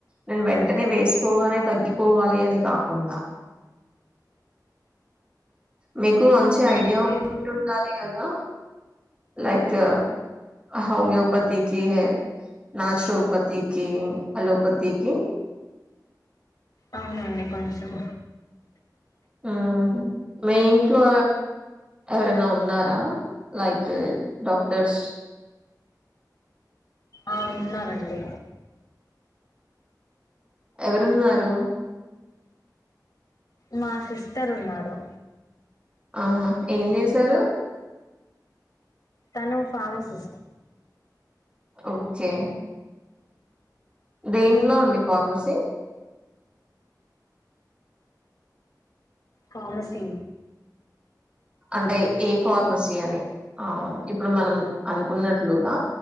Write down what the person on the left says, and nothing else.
ఓకే
ఔనండి కొంచం
అ ఉన్నారండి
మ సిస్టర్ ఉన్నారు
తను ఫార్మసిస్
ఫామసి